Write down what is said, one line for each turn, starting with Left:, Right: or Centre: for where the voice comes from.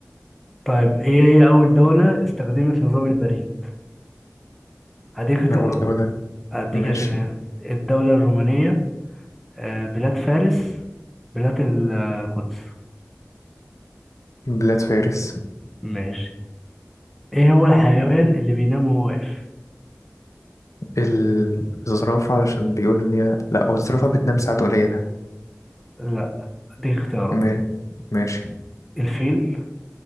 Centre: طيب ايه هي اول دولة استخدمت نظام البريد هديك اختيارات
Left: أو الدولة
Centre: اديك
Left: ماشي
Centre: عشان ايه الدولة الرومانية آه، بلاد فارس بلاد القدس
Left: بلاد فارس
Centre: ماشي ايه هو الحيوان اللي بينام وهو واقف
Left: ال- الزرافة علشان بيقولوا إن هي لأ هو الزرافة بتنام ساعات قليلة
Centre: لا اديك اختيارات
Left: ما- ماشي
Centre: الفيل